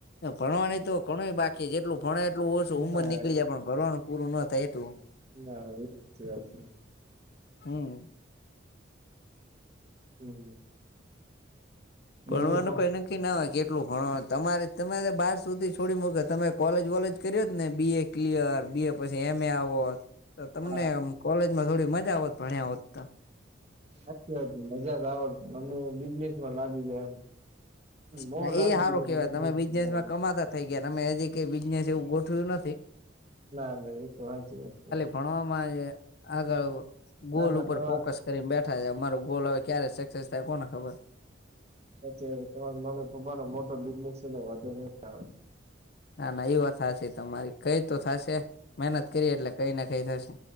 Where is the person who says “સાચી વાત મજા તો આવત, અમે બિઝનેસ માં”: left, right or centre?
Right